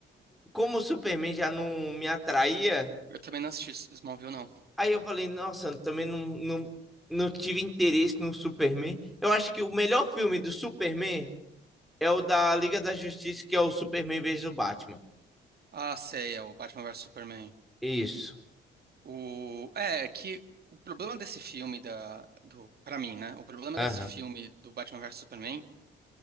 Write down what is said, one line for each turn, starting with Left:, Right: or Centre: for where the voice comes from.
Centre: Como o Superman já não me atraía,
Right: Eu também não assisti Smallville, não.
Centre: aí eu falei, nossa, eu também não, não, não tive interesse no Superman. Eu acho que o melhor filme do Superman é o da Liga da Justiça, que é o Superman vs o Batman.
Right: Ah, sei, é o Batman vs Superman.
Centre: Isso.
Right: O... É, é que o problema desse filme da... do... Pra mim, né? O problema
Centre: Aham.
Right: desse filme do Batman vs Superman